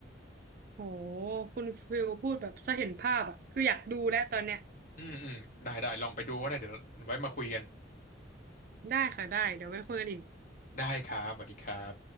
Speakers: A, on the right; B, on the left.
A: โหคุณฟิลพูดแบบสะเห็นภาพอ่ะคืออยากดูแล้วตอนเนี้ย
B: อืมอืมได้ได้ลองไปดูก็ได้เดี๋ยวไว้มาคุยกัน
A: ได้ค่ะได้เดี๋ยวไว้คุยกันอีก
B: ได้ครับสวัสดีครับ